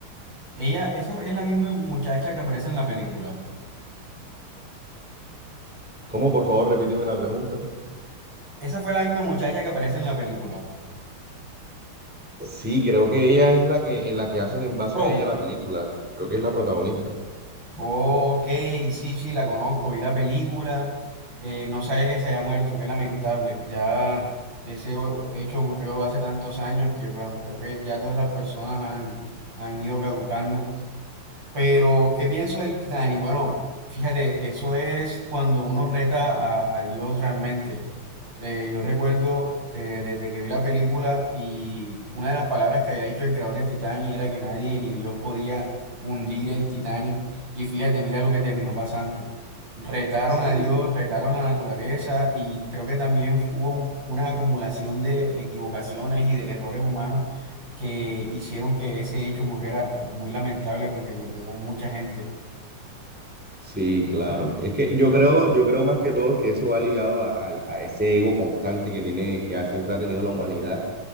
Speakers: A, on the right; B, in the centre.
A: Ella, esa es la misma muchacha que aparece en la película.
B: ¿Cómo, por favor, repíteme la pregunta?
A: Esa fue la misma muchacha que aparece en la película.
B: Sí, creo que ella es la que, en la que hacen en base
A: Rose.
B: a ella la película. Creo que es la protagonista.
A: Ok, sí, sí, la conozco, vi la película. Eh, no sabía que se haya muerto, qué lamentable. Ya ese o- hecho ocurrió hace tantos años que, bueno, creo que ya todas esas personas han, han ido caducando. Pero, ¿qué pienso del Titanic? Bueno, fíjate, eso es cuando uno reta a, a Dios realmente. Eh, yo recuerdo que desde que vi la película y una de las palabras que había dicho el creador del Titanic era que nadie ni Dios podía hundir el Titanic. Y fíjate, mira lo que terminó pasando. Retaron
B: Sí,
A: a Dios, retaron la naturaleza y creo que también hubo una acumulación de equivocaciones y de errores humanos que hicieron que ese hecho ocurriera, pues muy lamentable porque murió mucha gente.
B: sí, claro. Es que yo creo, yo creo más que todo que eso va ligado a, a- a ese ego constante que tiene, que ha- siempre ha tenido la humanidad,